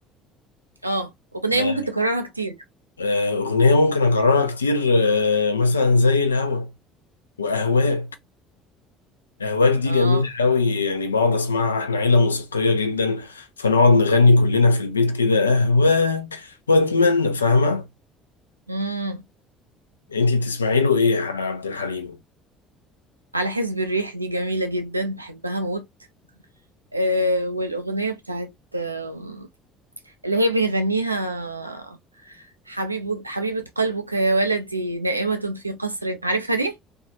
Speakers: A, on the right; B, on the left.
A: اه أغنية
B: آه،
A: ممكن تكررها كتير
B: آه، أغنية ممكن أكررها كتير آه، مثلا زي الهوى وأهواك أهواك دي
A: اه
B: جميلة قوي يعني بقعد أسمعها إحنا عيلة موسيقية جدا فنقعد نغني كلنا في البيت كده أهواك وأتمنى فاهمة؟
A: امم
B: أنت بتسمعي له إيه يا عبد الحليم؟
A: على حسب الريح دي جميلة جدا بحبها موت آه، والأغنية بتاعت آم، اللي هي بيغنيها حبيب حبيبة قلبك يا ولدي نائمة في قصر عارفها دي؟